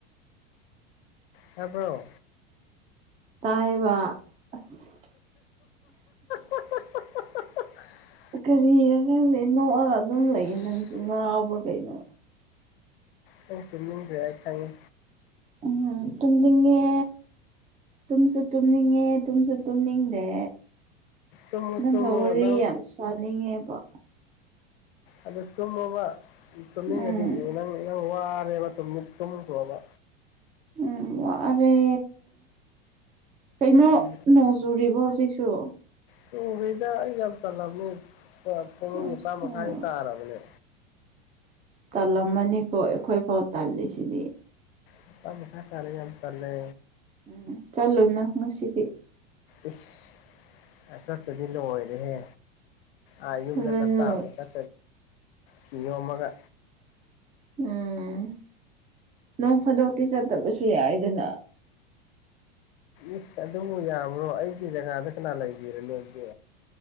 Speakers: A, on the left; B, on the right.
A: ꯇꯥꯕ꯭ꯔꯣ
B: ꯇꯥꯏꯌꯦꯕ ꯑꯁ
A: <unintelligible>
B: ꯀꯔꯤꯅꯣ ꯈꯪꯗꯦ ꯅꯣꯛꯑꯒ ꯑꯗꯨꯝ
A: ꯏꯁ
B: ꯂꯩꯌꯦ ꯅꯪꯁꯨ ꯉꯥꯎꯕ꯭ꯔꯥ ꯀꯩꯅꯣ
A: ꯅꯪ ꯇꯨꯝꯅꯤꯡꯇ꯭ꯔꯦ ꯑꯩ ꯈꯪꯏ
B: ꯎꯝ ꯇꯨꯝꯅꯤꯡꯉꯦ ꯇꯨꯝꯁꯨ ꯇꯨꯝ ꯇꯨꯝꯅꯤꯡꯉꯦ ꯇꯨꯝꯁꯨ ꯇꯨꯝꯅꯤꯡꯗꯦ
A: ꯇꯨꯝꯃꯣ
B: ꯅꯪꯒ
A: ꯇꯨꯝꯃꯣ
B: ꯋꯥꯔꯤ
A: ꯅꯪ
B: ꯌꯥꯝ ꯁꯥꯅꯤꯡꯉꯦꯕ
A: ꯑꯗꯨ ꯇꯨꯝꯃꯣꯕ ꯇꯨꯝꯅꯤꯡꯉꯗꯤ
B: ꯎꯝ
A: ꯅꯪ ꯅꯪ ꯋꯥꯔꯦꯕ ꯇꯨꯝꯈ꯭ꯔꯣꯕ
B: ꯎꯝ ꯋꯥꯔꯦ ꯀꯩꯅꯣ
A: ꯎꯝ
B: ꯅꯣꯡ ꯆꯨꯔꯤꯕꯣ ꯍꯧꯖꯤꯛꯁꯨ
A: ꯆꯨꯔꯤꯗ ꯑꯩ ꯌꯥꯝ ꯇꯜꯂꯕꯅꯤ ꯄꯨꯡ
B: ꯑꯁ
A: ꯅꯤꯄꯥꯥꯟ ꯃꯈꯥꯏ
B: ꯑꯣ
A: ꯇꯥꯔꯕꯅꯦ
B: ꯇꯜꯂꯝꯃꯅꯤꯀꯣ ꯑꯩꯈꯣꯏꯐꯥꯎ ꯇꯥꯜꯂꯤꯁꯤꯗꯤ
A: ꯅꯤꯄꯟ ꯃꯈꯥꯏ ꯇꯥꯔꯦ ꯌꯥꯝ ꯇꯜꯂꯦ
B: ꯎꯝ ꯆꯠꯂꯨꯅꯨ ꯉꯁꯤꯗꯤ
A: ꯏꯁ ꯆꯠꯇ꯭ꯔꯗꯤ ꯂꯣꯏꯔꯦꯍꯦ ꯑꯥ ꯌꯨꯝꯗ
B: ꯐꯖꯅ
A: ꯆꯠꯇꯥꯕ ꯐꯤ ꯌꯣꯝꯃꯒ
B: ꯎꯝ ꯅꯣꯡ ꯐꯥꯗꯣꯛꯇꯤ ꯆꯠꯇꯕꯁꯨ ꯌꯥꯏꯗꯅ
A: ꯏꯁ ꯑꯗꯨꯕꯨ ꯌꯥꯕ꯭ꯔꯣ ꯑꯩꯒꯤ ꯖꯒꯥꯗ ꯀꯅꯥ ꯂꯩꯕꯤꯔꯅꯤ ꯑꯗꯨꯗꯤ